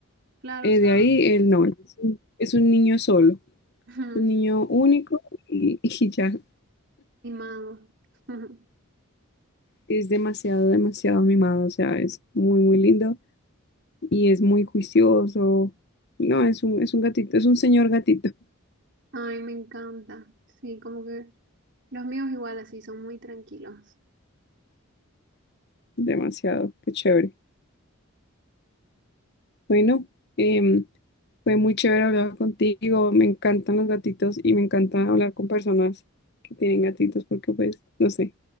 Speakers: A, on the right; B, on the left.
A: Claro,
B: eh,
A: o sea,
B: de ahí él no, él es un, es un niño solo,
A: ujú,
B: es un niño único y, <laughs> y ya
A: mimado. <laughs>
B: es demasiado, demasiado mimado. O sea, es muy, muy lindo y es muy juicioso. No, es un, es un gatito, es un señor gatito.
A: Ay, me encanta. Sí, como que los míos igual así son muy tranquilos.
B: Demasiado, qué chévere. Bueno, em, fue muy chévere hablar contigo. Me encantan los gatitos y me encanta hablar con personas que tienen gatitos porque, pues, no sé,